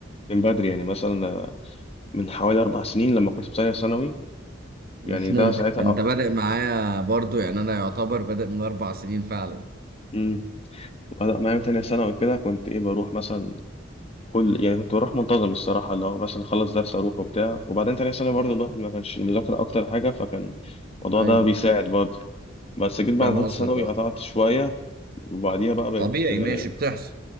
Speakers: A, on the left; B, on the right.
A: من بدري يعني مثلا من حوالي أربع سنين لما كنت في تانية ثانوي
B: مش
A: يعني
B: ممكن
A: ده ساعتها
B: انت بادئ معايا برضو يعني انا يعتبر بادئ من اربع سنين فعلا
A: امم بدأ معايا من تانية ثانوي كده كنت إيه بروح مثلا كل يعني كنت بروح منتظم الصراحة اللي هو مثلا أخلص درس أروح وبتاع وبعدين تانية ثانوي برضه الواحد ما كانش المذاكرة أكتر حاجة فكان الموضوع
B: ايوه
A: ده بيساعد برضه بس جيت بعد
B: فاهم
A: تالتة
B: قصدك
A: ثانوي
B: اه
A: قطعت شوية وبعديها بقى بقيت
B: طبيعي
A: آه،
B: ماشي بتحصل